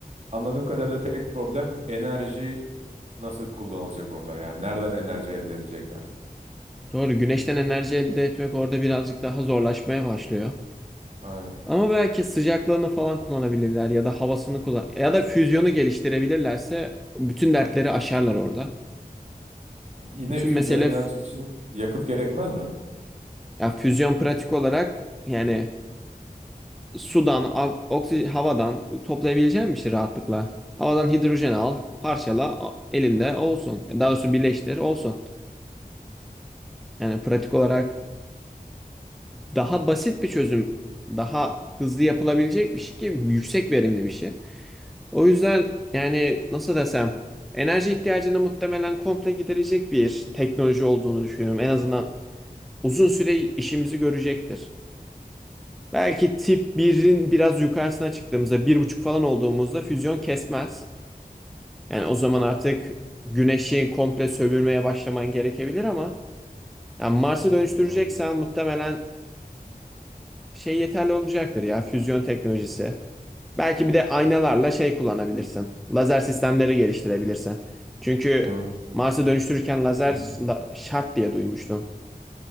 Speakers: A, on the right; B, in the centre.
A: Anladığım kadarıyla tek problem enerji nasıl kullanılacak orada? Yani nereden enerji elde edecekler?
B: Doğru, güneşten enerji elde etmek orada birazcık daha zorlaşmaya başlıyor.
A: Aynen.
B: Ama belki sıcaklığını falan kullanabilirler ya da havasını kullan ya da füzyonu geliştirebilirlerse bütün dertleri aşarlar orada.
A: Yine
B: Bütün
A: füzyon
B: mesele
A: enerjisi
B: f-
A: için yakıt gerekmez mi?
B: ya füzyon pratik olarak yani sudan, a- oksi, havadan toplayabileceğin bir şey rahatlıkla. Havadan hidrojen al, parçala, a- elinde olsun. Daha doğrusu birleştir, olsun. Yani pratik olarak daha basit bir çözüm, daha hızlı yapılabilecek bir şey ki yüksek verimli bir şey. O yüzden yani nasıl desem enerji ihtiyacını muhtemelen komple giderecek bir teknoloji olduğunu düşünüyorum. En azından uzun süre işimizi görecektir. Belki tip birin biraz yukarısına çıktığımızda bir buçuk falan olduğumuzda füzyon kesmez. Yani o zaman artık güneşi komple sömürmeye başlaman gerekebilir ama yani Mars'ı dönüştüreceksen
A: Hı hı.
B: muhtemelen şey yeterli olacaktır ya füzyon teknolojisi. Belki bir de aynalarla şey kullanabilirsin. Lazer sistemleri geliştirebilirsin. Çünkü
A: Hı
B: Mars'ı dönüştürürken lazer
A: hı.
B: la- şart diye duymuştum.